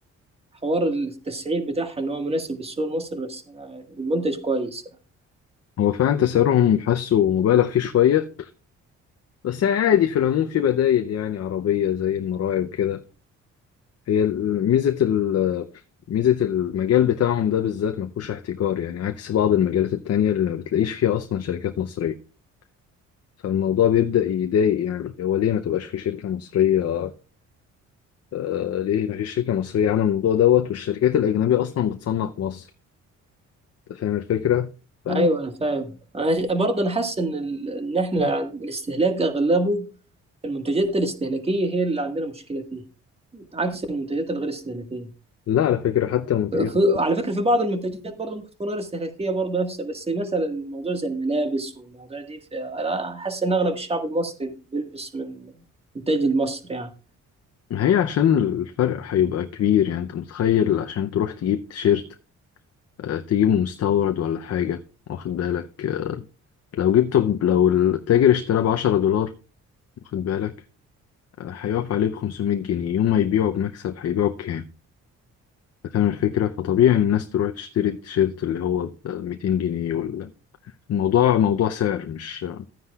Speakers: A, on the right (about 20°); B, on the left (about 55°).
A: حوار التسعير بتاعها ان هو مناسب للسوق المصري بس أنا المنتج كويس يعني
B: هو فعلا تسعيرهم حاسه مبالغ فيه شوية بس يعني عادي في العموم في بدايل يعني عربية زي المراعي وكده هي ال- ميزة ال ميزة المجال بتاعهم ده بالذات ما فيهوش احتكار يعني عكس بعض المجالات التانية اللي ما بتلاقيش فيها أصلا شركات مصرية فالموضوع بيبدأ يضايق يعني هو ليه ما تبقاش في شركة مصرية آه، ليه مفيش شركة مصرية عاملة الموضوع دوت والشركات الأجنبية أصلا بتصنع في مصر أنت فاهم الفكرة؟ فم...
A: ايوه انا فاهم انا ش- برضه انا حاسس ان ال... ان احنا الاستهلاك اغلبه المنتجات الاستهلاكية هي اللي عندنا مشكلة فيها عكس المنتجات الغير استهلاكية
B: لا على فكرة حتى منتجات
A: في-
B: مصرية.
A: على فكرة في بعض المنتجات برضه ممكن تكون غير استهلاكية برضه نفسها بس مثلا موضوع زي الملابس والمواضيع دي فأنا حاسس إن أغلب الشعب المصري بيلبس من إنتاج المصري يعني
B: ما هي عشان الفرق هيبقى كبير يعني أنت متخيل عشان تروح تجيب تيشيرت آه، تجيبه مستورد ولا حاجة واخد بالك آه، لو جبت طب لو التاجر اشتراه بعشرة دولار واخد بالك آه، هيقف عليه بخمسمية جنيه يوم ما يبيعه بمكسب هيبيعه بكام؟ أنت فاهم الفكرة؟ فطبيعي إن الناس تروح تشتري التيشيرت اللي هو بميتين جنيه الموضوع موضوع سعر مش